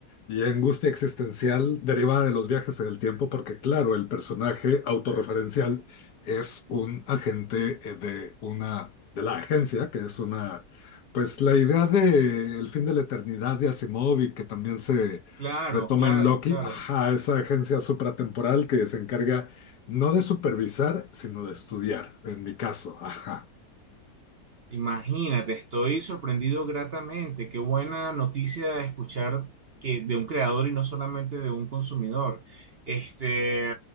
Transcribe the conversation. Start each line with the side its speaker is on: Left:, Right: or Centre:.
Left: Y angustia existencial derivada de los viajes en el tiempo, porque claro, el personaje autorreferencial es un agente eh, de una de la agencia, que es una, pues la idea de el fin de la eternidad de Asimov y que también se
Right: Claro,
Left: retoma
Right: claro,
Left: en Loki,
Right: claro.
Left: ajá, esa agencia supratemporal que se encarga no de supervisar, sino de estudiar, en mi caso, ajá,
Right: Imagínate, estoy sorprendido gratamente. Qué buena noticia escuchar que de un creador y no solamente de un consumidor. Este,